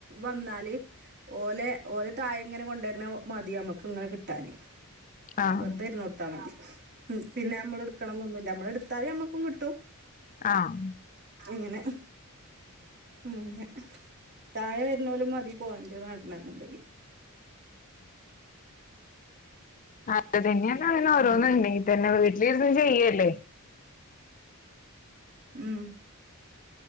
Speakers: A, on the right; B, on the left.
A: വന്നാല് ഓലെ ഓല് തായെ ങ്ങനെ കൊണ്ടാർന്നെ മതി നമ്മക്ക് ഇങ്ങനെ കിട്ടാന്
B: ആഹ്
A: വെറുതെ ഇരുന്ന് കൊടുത്താ മതി പിന്നെ നമ്മള് എടുക്കണം ന്നൊന്നുല്ല നമ്മള് എ- ട്ത്താല് നമ്മക്കും കിട്ടും.
B: ആഹ്
A: ഇങ്ങനെ ഉം ഇങ്ങനെ താഴെ വരുന്നോലും മതി പോയന്റ് നേടണംന്നുണ്ടെങ്കി
B: അതൊക്കെത്തന്നെ പറീണത് ഓരോന്നുണ്ടെങ്കി തന്നെ വീട്ടിലിരുന്ന് ചെയ്യല്ലേ
A: ഉം